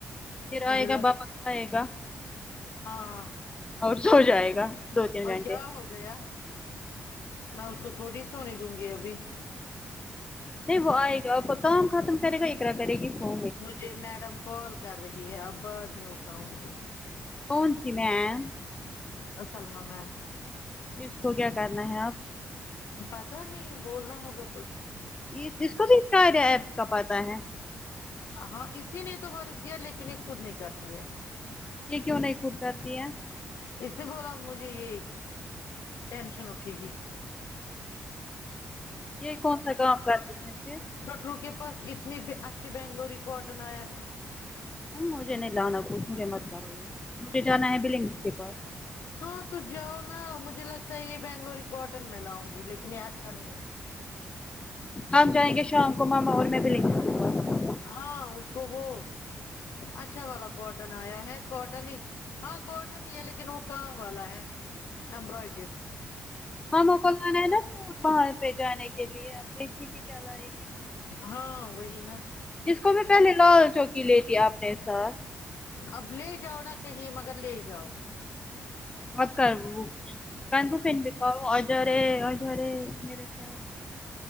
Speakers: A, on the left; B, on the left.
A: پھر
B: مجھے
A: آئے
B: لگ
A: گا بابند آئے گا
B: ہاں
A: اور سو جائے گا دو تین
B: اور
A: گھنٹے
B: کیا ہو گیا میں اس کو تھوڑی سونی دوں گی ابھی
A: نہیں وہ آئے گا کام ختم کرے گا ٹرے کرے گی فو
B: مجھے میڈم کال کر رہی ہے اب بعد میں اٹھاؤں گی
A: کون سی میم
B: ا سلما میم
A: اس کو کیا کرنا ہے اب
B: پتا نہیں بولنا ہوگا کچھ
A: یے جس کو بھی کہ رہے اس کو پتا ہے
B: ہاں اسی نے تو ورگ دیا لیکن یہ خود نہیں کرتی ہے
A: یہ کیوں نہیں خود کرتی ہے
B: اس نے بولا مجھے یہ ٹینشن اٹھے گی
A: یہی کون سا کام کرتے ہیں پھر
B: کٹرو کے پاس اتنے بھی اچھے بنگلوری کاٹن آیا ہے
A: مجھے نہیں لانا کچھ مجھے مت کرو گے مجھے جانا ہے بلنگ کے پاس
B: ہاں تو جاؤ نا مجھے لگتا ہے یہ بنگلوری کاٹن میں لاونگی لیکن یہ اچھا نہیں ہے
A: ہم جائیں گے شام کو ماما اور میں پاس
B: ہاں اس کو وہ اچھا والا کاٹن آیا ہے کاٹن ہی ہاں کاٹن ہی ہے لیکن وہ کام والا ہے امبرائڈڈ
A: ہاں وہ کل لائنا سوٹ وہاں پہ جانے کے لیے آپ دیکھیے گی کیا لائے گی
B: ہاں وہی نا
A: جس کو بھی پہلے لال چوکی لیتی اپنے ساتھ
B: اب لے جاؤ نا کہیں مگر لے جاؤ
A: اور کر <unintelligible> بھی اجا رے اجا رے میرے ساتھ